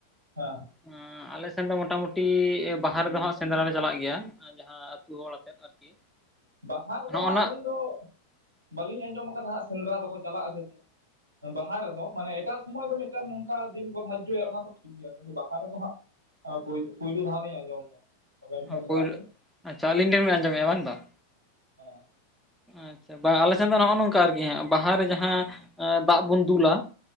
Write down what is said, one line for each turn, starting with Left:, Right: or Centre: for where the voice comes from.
Right: ᱵᱟᱝ
Centre: ᱮᱸᱻ ᱟᱞᱮ ᱥᱮᱱ ᱫᱚ ᱢᱚᱴᱟᱢᱩᱴᱤ ᱵᱟᱦᱟ ᱨᱮᱫᱚ ᱦᱟᱸᱜ ᱥᱮᱸᱫᱽᱨᱟ ᱞᱮ ᱪᱟᱞᱟᱜ ᱜᱮᱭᱟ ᱡᱟᱦᱟᱸ ᱟᱹᱛᱩ ᱦᱚᱲ ᱟᱛᱮᱫ ᱟᱨᱠᱤ
Right: ᱵᱟᱦᱟ ᱨᱮᱫᱚ
Centre: ᱱᱚᱜᱼᱚ
Right: ᱦᱟᱸᱜ
Centre: ᱱᱟ
Right: ᱟᱹᱞᱤᱧ ᱫᱚ ᱵᱟᱹᱞᱤᱧ ᱟᱸᱡᱚᱢ ᱠᱟᱫᱟ ᱦᱟᱸᱜ ᱥᱮᱸᱫᱽᱨᱟ ᱫᱚᱠᱚ ᱪᱟᱞᱟᱜ ᱟᱥᱮ ᱪᱮᱫ ᱵᱟᱦᱟ ᱨᱮᱫᱚ ᱢᱟᱱᱮ ᱮᱴᱟᱜ ᱥᱚᱢᱚᱭ ᱫᱚ ᱢᱤᱫᱴᱮᱱ ᱱᱚᱝᱠᱟ ᱫᱤᱱ ᱠᱚ ᱫᱟᱡᱽᱡᱚᱭᱟ ᱚᱱᱟ ᱫᱚ ᱤᱭᱟ. ᱵᱟᱦᱟ ᱨᱮᱫᱚ ᱦᱟᱸᱜ ᱯᱳᱭᱞᱳ ᱫᱷᱟᱣ ᱞᱤᱧ ᱟᱸᱡᱚᱢ ᱮᱫᱟ। ᱟᱵᱮᱱ ᱴᱷᱮᱱ
Centre: ᱟ
Right: ᱠᱷᱚᱱᱟᱜ
Centre: ᱯᱳᱭᱞᱳ
Right: ᱜᱮ
Centre: ᱟᱪᱪᱷᱟ ᱟᱹᱞᱤᱧ ᱴᱮᱱ ᱵᱮᱱ ᱟᱸᱡᱚᱢᱮᱫᱼᱟ, ᱵᱟᱝ ᱵᱟᱝ
Right: ᱦᱮᱸ
Centre: ᱟᱪᱪᱷᱟ ᱵᱟᱝ ᱟᱞᱮ ᱥᱮᱱ ᱫᱚ ᱱᱚᱜᱼᱚ ᱱᱚᱝᱠᱟ ᱟᱨᱠᱤ ᱦᱟᱸᱜ ᱵᱟᱦᱟᱨᱮ ᱡᱟᱦᱟᱸ ᱟᱸ ᱫᱟᱜ ᱵᱚᱱ ᱫᱩᱞᱟ